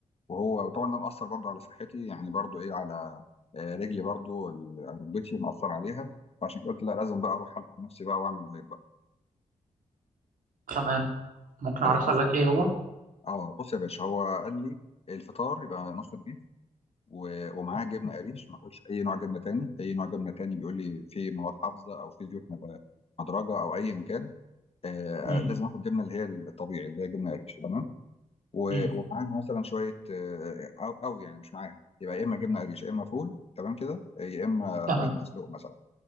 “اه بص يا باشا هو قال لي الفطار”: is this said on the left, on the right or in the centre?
Left